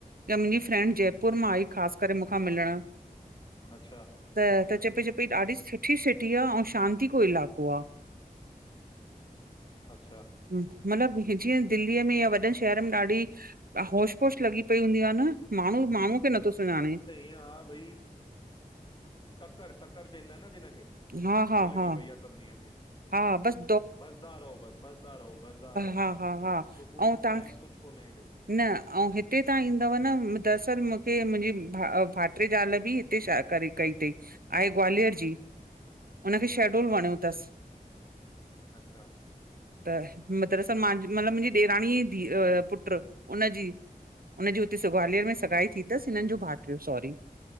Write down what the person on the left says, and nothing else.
अच्छा
अच्छा
हा भई तकण तकण चवंदा आहिनि न जिनखे
हे लॻी
पई आ। सभिनी खे
भसदा रहो बस भसदा रहो। भसदा रहो
सुकून
चैन कुझु कोने हेॾे।
अच्छा
अच्छा।